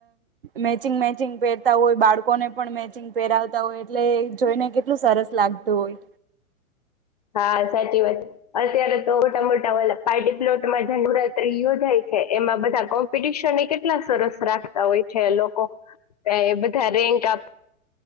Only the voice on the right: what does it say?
મેચિંગ મેચિંગ પહેરતા હોય, બાળકોને પણ મે પેરાવતા હોય એટલે જોઈને કેટલું સરસ લાગતું હોય,